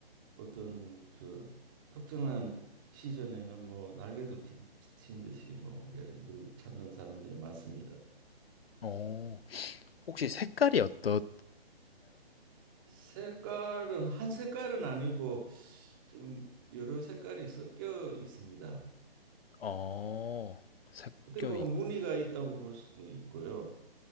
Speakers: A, on the right; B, on the left.
A: 어떤 저 특정한 시즌에는 뭐 날개도 튄, 튄 듯이 뭐 예, 이걸 찾는 사람들이 많습니다.
B: 어, 혹시 색깔이 어떨까요?
A: 색깔은 한 색깔은 아니고 좀 여러 색깔이 섞여 있습니다.
B: 어, 섞여있,
A: 어떻게 보면 무늬가 있다고 볼 수도 있고요.